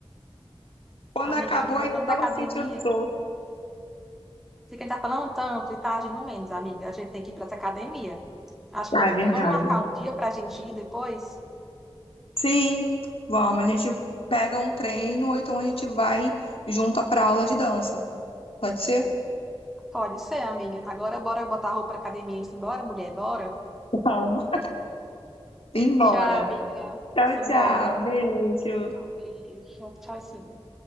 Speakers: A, on the left (about 65°); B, in the centre.
A: Quando
B: Amiga,
A: acabou,
B: a gente voltando
A: ainda estava
B: da academia.
A: sentindo dor.
B: Você quem tá falando tanto e tá agindo menos, amiga. A gente tem que ir pra essa academia. Acho que
A: Ah,
B: eu...
A: é verdade.
B: Vamos marcar um dia pra gente ir depois?
A: Sim, vamos, a gente pega um treino, ou então a gente vai junto para aula de dança. Pode ser?
B: Pode ser, amiga. Agora bora botar a roupa pra academia e simbora, mulher, bora?
A: Vamos. Embora.
B: Tchau, amiga.
A: Tchau,
B: Simbora.
A: tchau.
B: Um
A: Beijo.
B: beijo. Tchau, sim.